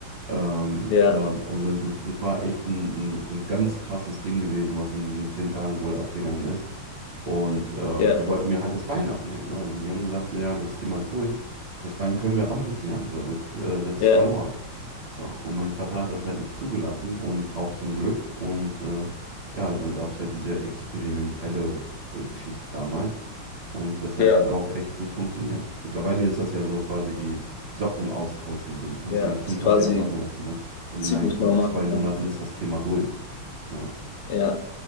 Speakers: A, on the right; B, on the left.
A: Ähm,
B: Ja,
A: so, also das, das war echt ein, ein, ein ganz krasses Ding gewesen, was in diesen zehn Tagen wohl abgegangen ist. Und ähm,
B: ja,
A: die wollten mir halt das Bein abnehmen, ne? Also die haben gesagt, so ja, das Thema ist durch, das Bein können wir amputieren, so, das, äh, das ist
B: ja,
A: verloren. Ja, und mein Vater hat das halt nicht zugelassen und auch zum Glück. Und äh, ja, dann gab es halt diese experimentelle äh, Geschichte damals. Und das hat
B: ja,
A: halt auch echt gut funktioniert. Mittlerweile ist das ja so quasi wie Socken austauschen. So, Du kannst
B: ja,
A: dein Knie
B: ist
A: kannst
B: quasi
A: du ja machen lassen, ne? Und
B: ziemlich
A: innerhalb von
B: normal,
A: zwei Monaten
B: ne?
A: ist das Thema durch. Ja.
B: Ja,